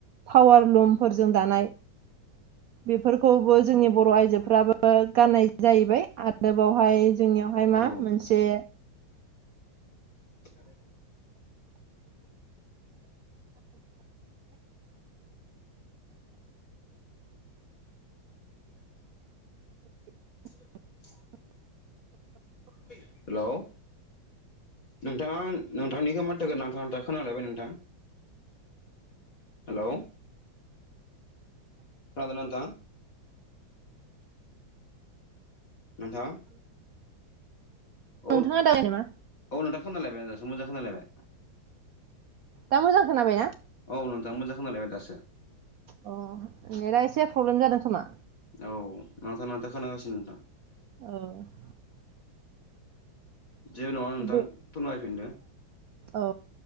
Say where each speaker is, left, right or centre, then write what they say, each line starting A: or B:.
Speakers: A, on the right; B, on the left.
A: पावार लुमफोरजों दानाय बेफोरखौबो जोंनि बर' आइजोफ्राबो गान्नाय जाहैबाय आरो बावहाय जोंनियावहाय मा
B: औ
A: मोनसे
B: <unintelligible> <inaudible> हेल' नोंथाङा नोंथांनिखौ माथोखौ नांथा नांथा खोनालायबाय नोंथां हेल' खोनादोंना‌ नोंथां नोंथां औ
A: नोंथाङा <inaudible> नामा
B: औ नोंथां खोनालायबाय दासो मोजां खोनालायबाय
A: दा मोजां खोनाबायना
B: औ नोंथां मोजां खोनालायबाय दासो
A: अ नेटा एसे प्रब्लेम जादों खोमा
B: औ नांथा-नांथा खोनागासिनो नोंथां
A: औ
B: जेबो नङा नोंथां
A: बे
B: फोरमायफिनदो
A: औ